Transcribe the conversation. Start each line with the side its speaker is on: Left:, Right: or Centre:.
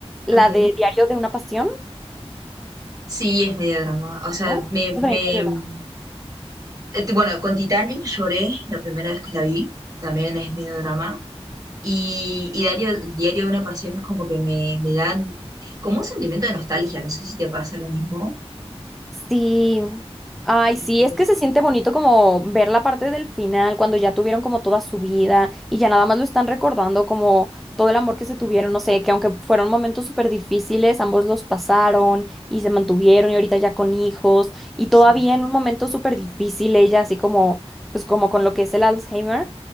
Centre: La
Right: ok.
Centre: de Diario de una Pasión,
Right: Sí, es medio drama. O sea,
Centre: ¿no?
Right: me,
Centre: Esa
Right: me...
Centre: también es medio
Right: mm, eh, Bueno, con Titanic lloré la primera vez que la vi. También es medio drama. Y, y Diario, Diario de una Pasión es como que me, me dan como un sentimiento de nostalgia. No sé si te pasa lo mismo.
Centre: Sí, ay,
Right: Y-
Centre: sí, es que se siente bonito como ver la parte del final, cuando ya tuvieron como toda su vida y ya nada más lo están recordando como todo el amor que se tuvieron, no sé, que aunque fueron momentos súper difíciles, ambos los pasaron y se mantuvieron y ahorita ya con hijos y todavía
Right: sí,
Centre: en un momento súper difícil ella así como, pues como con lo que es el Alzheimer